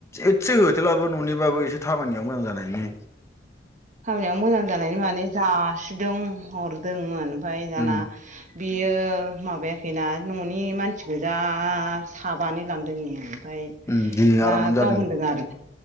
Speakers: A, on the left; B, on the right.
A: एसे होथेलाबो न'निबाबो एसे थाबायनायाव मोजां जानायनि।
B: खामानियाव मोजां जानायनि माने जासिदों हरदोंमोन। ओमफाय दाना
A: उम
B: बियो माबाया। खैना न'नि मानसिगोजा साबानि लांदोंनो ओमफ्राय।
A: उम दे
B: दा
A: आरामानो जादों
B: गाव होनदों आरो